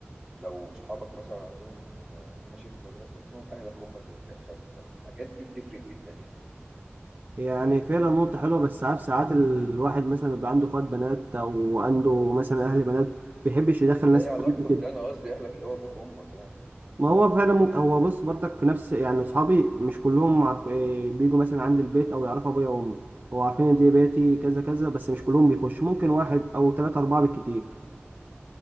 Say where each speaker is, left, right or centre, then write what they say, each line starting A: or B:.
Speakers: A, on the right; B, on the right.
A: لو صحابك مثلا عندهم آه، في مشاكل ما بينك وبينهم اهلك هم اللي يتدخلوا فالحاجات دي بتفرق جدا يعني
B: يعني فعلا نقطة حلوة بس عارف ساعات الواحد مثلا بيبقى عنده اخوات بنات او عنده مثلا اهل بنات ما بيحبش يدخل
A: ده
B: ناس
A: ايه علاقته
B: كتير كده
A: بده انا قصدي اهلك اللي هو ابوك وامك يعني
B: ما هو فعلا ممكن هو بص برضك في نفس يعني اصحابي مش كلهم عارف إيه، بيجوا مثلا عند البيت او يعرفوا ابويا وامي هو عارفين ان دي بيتي كذا كذا بس مش كلهم بيخش ممكن واحد او ثلاثة اربعة بالكتير